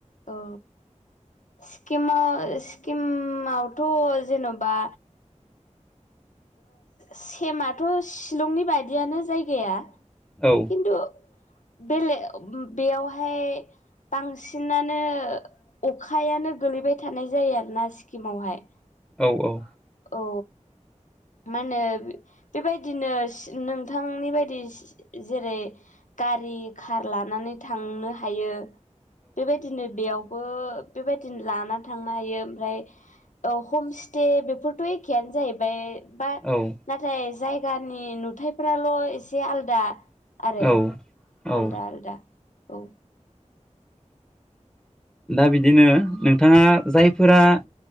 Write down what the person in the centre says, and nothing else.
औ।
औ औ।
औ
औ औ
दा बिदिनो नोंथाङा जायफोरा